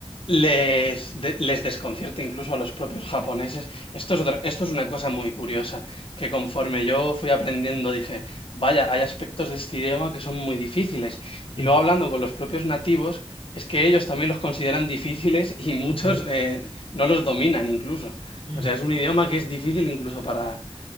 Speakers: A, on the left; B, on the right.
A: les, de- les desconcierta incluso a los propios japoneses. Esto es otra- esto es una cosa muy curiosa, que conforme yo fui aprendiendo dije, vaya, hay aspectos de este idioma que son muy difíciles.
B: Mm,
A: Y luego hablando con los propios nativos, es que ellos también los consideran difíciles y muchos
B: ok.
A: eh, no los dominan incluso.
B: Mm,
A: O sea, es un idioma que es difícil incluso para,